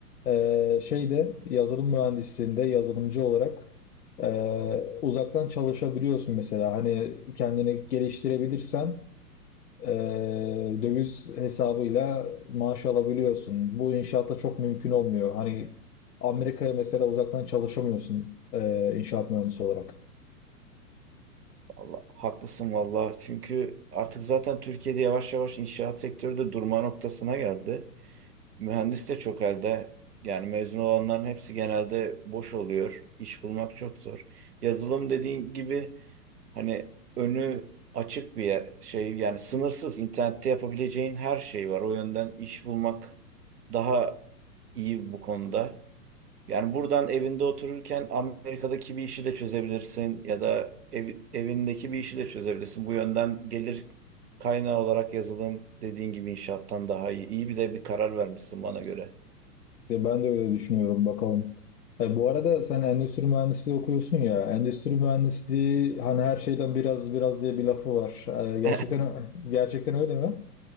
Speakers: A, on the left; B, on the right.
A: e, şeyde yazılım mühendisliğinde yazılımcı olarak e, uzaktan çalışabiliyorsun mesela. Hani kendini geliştirebilirsen e, döviz hesabıyla maaş alabiliyorsun. Bu inşaatta çok mümkün olmuyor. Hani Amerika'ya mesela uzaktan çalışamıyorsun e, inşaat mühendisi olarak.
B: Allah, haklısın valla. Çünkü artık zaten Türkiye'de yavaş yavaş inşaat sektörü de durma noktasına geldi. Mühendis de çok elde. Yani mezun olanların hepsi genelde boş oluyor. İş bulmak çok zor. Yazılım dediğin gibi hani önü açık bir yer- şey yani sınırsız internette yapabileceğin her şey var. O yönden iş bulmak daha iyi bu konuda. Yani buradan evinde otururken Amerika'daki bir işi de çözebilirsin ya da ev- evindeki bir işi de çözebilirsin. Bu yönden gelir kaynağı olarak yazılım dediğin gibi inşaattan daha iyi. İyi bir de bir karar vermişsin bana göre.
A: Ya ben de öyle düşünüyorum bakalım. E, bu arada sen endüstri mühendisliği okuyorsun ya. Endüstri mühendisliği hani her şeyden biraz biraz diye bir lafı var.
B: <laughs>
A: E, gerçekten gerçekten öyle mi?